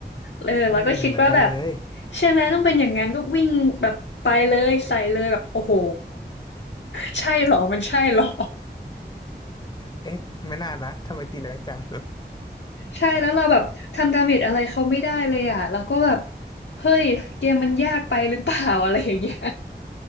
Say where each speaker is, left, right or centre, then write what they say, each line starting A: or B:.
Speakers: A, on the left; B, on the left.
A: เออเราก็คิดว่าแบบ
B: อืมเหมือนกันเลย
A: ใช่ไหมต้องเป็นอย่างนั้นก็วิ่งแบบไปเลยใส่เลยแบบโอ้โห <laughs> ใช่เหรอมันใช่เหรอ
B: เอ๊ะไม่น่านะทำไมตีแรงจัง
A: ใช่แล้วเราแบบทำดาเมจอะไรเขาไม่ได้เลยอ่ะเราก็แบบเฮ้ยเกมมันยากไปหรือเปล่าอะไรอย่างเงี้ย